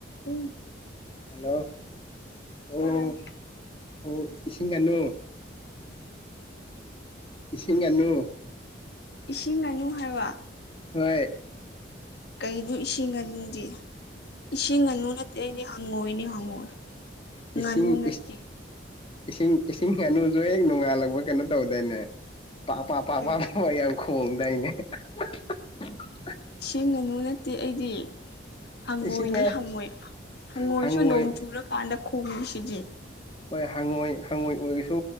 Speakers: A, on the left; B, on the left.
A: ꯎꯝ
B: hello ꯑꯣ
A: ꯇꯥꯏ
B: ꯑꯣ ꯏꯁꯤꯡ ꯉꯅꯨ ꯏꯁꯤꯡ ꯉꯥꯅꯨ
A: ꯏꯁꯤꯡ ꯉꯥꯅꯨ ꯍꯥꯏꯕ
B: ꯍꯣꯏ
A: ꯀꯩꯩꯅꯣ ꯏꯁꯤꯡ ꯉꯥꯅꯨꯗꯤ ꯏꯁꯤꯡ ꯉꯥꯅꯨ ꯅꯠꯇꯦ ꯑꯩꯗꯤ ꯍꯪ ꯍꯪꯉꯣꯏꯅꯤ ꯍꯪꯉꯣꯏ
B: ꯏꯁꯤꯡ
A: ꯉꯥꯅꯨ ꯅꯠꯇꯦ
B: ꯏꯁꯤꯡ ꯏꯁꯤꯡ ꯉꯥꯅꯨꯖꯨ ꯍꯦꯛ ꯅꯣꯡꯉꯥꯜꯂꯛꯄ ꯀꯩꯅꯣ ꯇꯧꯗꯏꯅꯦ ꯄꯥꯛ ꯄꯥꯛ ꯄꯥꯛ
A: ꯀꯔꯤ
B: ꯄꯥꯛ ꯌꯥꯝ ꯈꯣ ꯈꯣꯡꯗꯥꯏꯅꯦ ꯍꯥ ꯍꯥ ꯍꯥ
A: ꯏꯁꯤꯡ ꯉꯅꯨ ꯅꯠꯇꯦ ꯑꯩꯗꯤ ꯍꯪꯉꯣꯏꯅꯤ
B: ꯏꯁꯤꯡ
A: ꯍꯪꯉꯣꯏ ꯍꯪꯉꯣꯏꯁꯨ
B: ꯍꯪꯉꯣꯏ
A: ꯅꯣꯡ ꯆꯨꯔꯀꯥꯟꯗ ꯈꯣꯡꯉꯤꯁꯤꯗꯤ
B: ꯍꯣꯏ ꯍꯪꯉꯣꯏ ꯍꯪꯉꯣꯏ ꯑꯣꯏꯔꯁꯨ